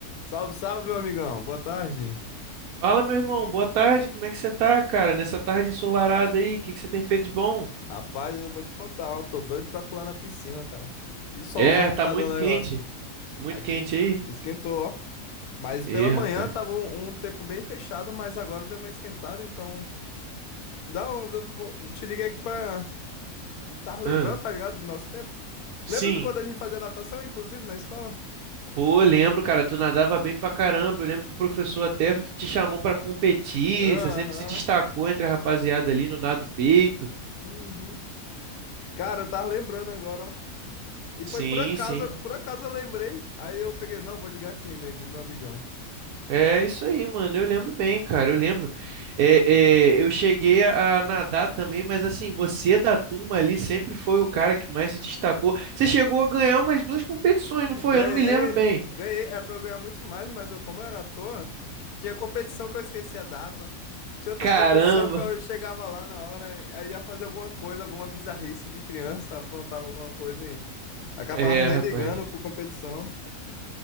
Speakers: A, on the left; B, on the right.
A: Salve, salve, meu amigão. Boa tarde.
B: Fala, meu irmão, boa tarde, como é que você tá, cara? Nessa tarde ensolarada aí, o que que você tem feito de bom?
A: Rapaz, eu vou te contar, ó, tô doido pra pular na piscina, cara. Que solzão
B: É,
A: que
B: tá
A: tá
B: muito
A: dando agora.
B: quente, muito
A: Aqui
B: quente aí?
A: esquentou, ó. Mas
B: Ê,
A: pela
B: rapaz.
A: manhã tava um, um tempo bem fechado, mas agora deu uma esquentada, então. Dá um, eu vou- te liguei aqui pra. Tá lembrando,
B: Ahn,
A: tá ligado? Do nosso tempo.
B: sim,
A: Lembra de quando a gente fazia natação, inclusive, na escola?
B: pô, eu lembro, cara, tu nadava bem pra caramba, eu lembro que o professor até te chamou pra competir,
A: Aham.
B: você sempre se destacou entre a rapaziada ali no nado peito.
A: Uhum. Cara, eu tava lembrando agora, ó. E
B: Sim,
A: foi por acaso,
B: sim.
A: por acaso eu lembrei. Aí eu peguei, não, vou ligar aqui nele, no meu amigão.
B: É isso aí, mano. Eu lembro bem, cara. Eu lembro. É, é, eu cheguei a nadar também, mas assim, você da turma ali sempre foi o cara que mais se destacou. Você chegou a ganhar umas duas competições, não
A: Ganhei,
B: foi? Eu não me lembro bem.
A: ganhei, era pra eu ganhar muito mais, mas eu, como eu era à toa, tinha competição que eu esquecia a data. Tinha outras
B: Caramba!
A: competições que eu chegava lá na hora, aí ia fazer alguma coisa, alguma bizarrice de criança, aprontava alguma coisa e acabava
B: É,
A: nem
B: rapaz.
A: ligando por competição.